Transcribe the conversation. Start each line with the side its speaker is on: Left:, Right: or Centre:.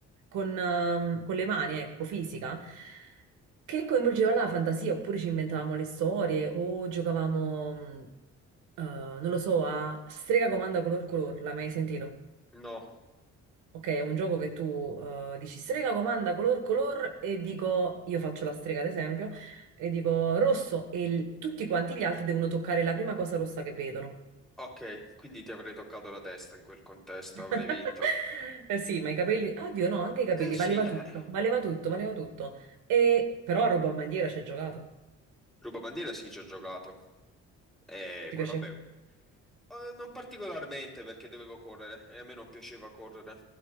Right: con, ehm, con le mani, ecco, fisica, che coinvolgeva la fantasia, oppure ci inventavamo le storie o giocavamo, mm, eh, non lo so, a strega comanda color color, l'hai mai sentito?
Centre: no.
Right: Ok, è un gioco che tu eh, dici strega comanda color color e dico, io faccio la strega ad esempio, e dico rosso e il- tutti quanti gli altri devono toccare la prima cosa rossa che vedono.
Centre: Ok, quindi ti avrei toccato la testa in quel contesto,
Right: <laughs>
Centre: avrei vinto.
Right: Eh sì, ma i capelli, oddio no, anche i capelli,
Centre: Eh sì,
Right: valeva
Centre: eh.
Right: tutto, valeva tutto, valeva tutto. E però a ruba bandiera ci hai giocato,
Centre: Rubabandiera sì, ci ho giocato. E
Right: ti
Centre: poi
Right: piace?
Centre: vabbè, Eh, non particolarmente perché dovevo correre e a me non piaceva correre.